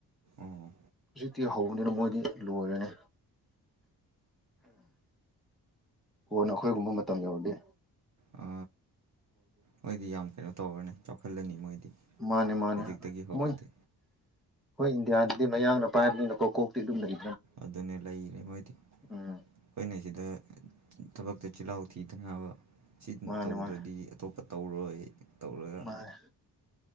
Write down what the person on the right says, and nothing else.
ꯑꯣ
ꯑ ꯃꯣꯏꯗꯤ ꯌꯥꯝ ꯀꯩꯅꯣ ꯇꯧꯔꯅꯤ ꯆꯥꯎꯈꯠꯂꯅꯤ ꯃꯣꯏꯗꯤ
ꯍꯧꯖꯤꯛꯇꯒꯤ ꯍꯧꯔꯗꯤ
ꯑꯗꯨꯅꯦ ꯂꯩꯔꯦ ꯃꯣꯏꯗꯤ ꯑꯩꯈꯣꯏꯅ
ꯁꯤꯗ ꯊꯕꯛꯇ ꯆꯤꯜꯍꯥꯎ ꯊꯤꯗꯅꯕ ꯁꯤ
ꯇꯧꯗ꯭ꯔꯗꯤ
ꯑꯇꯣꯞꯄ ꯇꯧꯔꯣꯏ ꯇꯧꯔꯒ